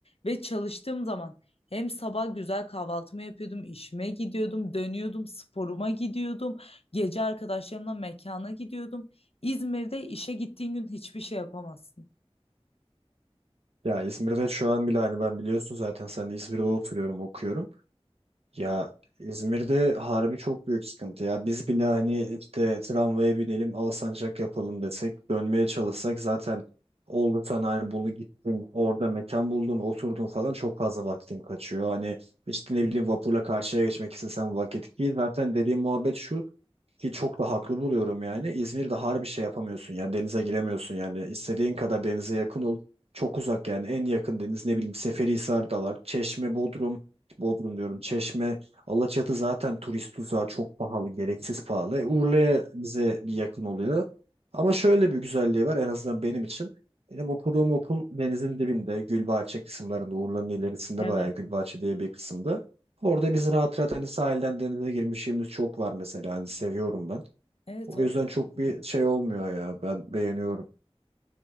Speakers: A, on the left; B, on the right.
A: ve çalıştığım zaman hem sabah güzel kahvaltımı yapıyordum, işime gidiyordum, dönüyordum, sporuma gidiyordum, gece arkadaşlarımla mekana gidiyordum. İzmir'de işe gittiğin gün hiçbir şey yapamazsın.
B: Ya İzmir'de şu an bile hani ben biliyorsun zaten sen de İzmir'de oturuyorum okuyorum. Ya İzmir'de harbi çok büyük sıkıntı ya. Biz bile hani işte tramvaya binelim Alsancak yapalım desek dönmeye çalışsak zaten oldu sen hani bunu gittin orada mekan buldun oturdun falan çok fazla vaktin kaçıyor. Hani işte ne bileyim vapurla karşıya geçmek istesen vakit ki zaten dediğim muhabbet şu Ki çok da haklı buluyorum yani. İzmir'de harbi şey yapamıyorsun ya. Denize giremiyorsun yani. İstediğin kadar denize yakın ol. Çok uzak yani. En yakın deniz ne bileyim Seferihisar'da var. Çeşme, Bodrum. Bodrum diyorum. Çeşme, Alaçatı zaten turist tuzağı çok pahalı. Gereksiz pahalı. E, Urla'ya bize bir yakın oluyor. Ama şöyle bir güzelliği var en azından benim için. Benim okuduğum okul denizin dibinde Gülbahçe kısımlarında Urla'nın ilerisinde
A: Evet.
B: bayağı Gülbahçe diye bir kısımda. Orada biz rahat rahat hani sahilden denize girmişliğimiz çok var mesela hani seviyorum ben.
A: Evet,
B: O
A: orası
B: yüzden çok
A: güzel.
B: bir şey olmuyor ya ben beğeniyorum.